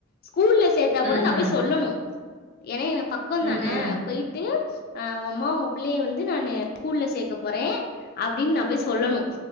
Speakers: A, on the left (about 45°); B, on the right (about 30°).
A: ஸ்கூல்ல சேத்தா
B: ம்
A: கூட நான்
B: ம்
A: போய் சொல்லணும் என எனப் பக்கோ
B: ம்
A: தான
B: ம்.
A: போயிட்டு ஆ உன் அம்மா உங்க புள்ளய வந்து நானு ஸ்கூல்ல சேக்க போறேன் அப்டின்னு நா போய் சொல்லணும்